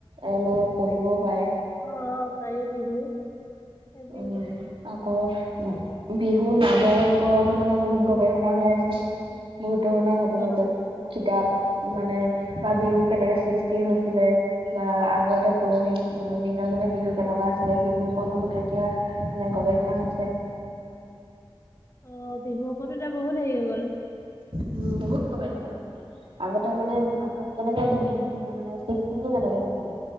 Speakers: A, on the right; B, on the left.
A: এ লৈ পঢ়িবও পায়।
B: অ গাই বিহু এই বিহু
A: <unintelligible> আকৌ বিহু নামৰ ওপৰতো মানে বহুত গৱেষণা হৈ আছে। বহুত ধৰণৰ নতুন-নতুন
B: অ',
A: কিতাপ- মানে বা বিহু কেনেকে সৃষ্টি হৈছিলে- বা আগতে পুৰণি উম, দিনৰ মানে বিহু কেনেকুৱা আছিলে সেইবোৰ ওপৰত <unintelligible> এতিয়া মানে গৱেষণা হৈছে।
B: অ', বিহুৰ ওপৰতো এতিয়া বহুত হেৰি হৈ গ'ল।
A: উম, বহুত গৱেষণা হৈছে। আগতে মানে
B: উম
A: মানুহে কেনেকে বিহুতো, মানে চিষ্টমটো কেনেকে হৈছিলে,